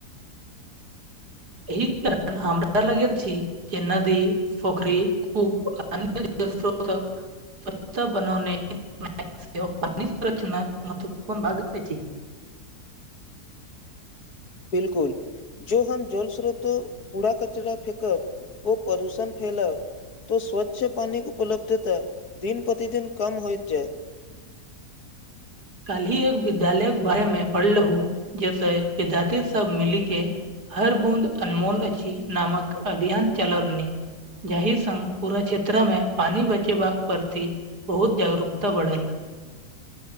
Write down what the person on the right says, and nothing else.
एहि कारण हमरा लगैत छी जे नदी पोखरी कूप अन जल स्रोतक सचछ बनने <unintelligible> <unintelligible> संरक्षणाक महत्वपूर्ण भाग कर छै
कालहि एक विद्यालय के बारे में पढ़ लहु जैसे विद्यार्थी सब मिली के हर बूद अनमोल अची नामक अभियान चलोलनी जाहि संग पूरा क्षेत्र मे पानी बचेबाक प्रति बहुत जागरूकता बढ़ल